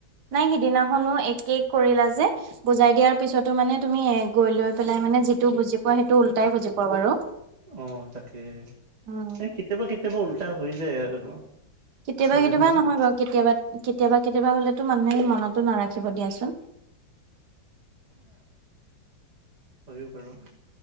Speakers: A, on the right; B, on the right.
A: নাই সিদিনাখনো একে কৰিলা যে বুজাই দিয়াৰ পিছতো মানে তুমি গৈ লৈ পেলাই মানে যিটো বুজি পোৱা সেইটো উলটাই বুজি পোৱা বাৰু।
B: অ তাকে
A: উম
B: এই কেতিয়াবা কেতিয়াবা উল্টা হৈ যায় আৰু।
A: কেতিয়াবা
B: মাজে
A: কেতিয়াবা
B: সময়ত
A: নহয় বাৰু কেতিয়াবা কেতিয়াবা কেতিয়াবা হলেতো মানুহে মনতো নাৰাখিব দিয়াচোন।
B: হয়ো বাৰু।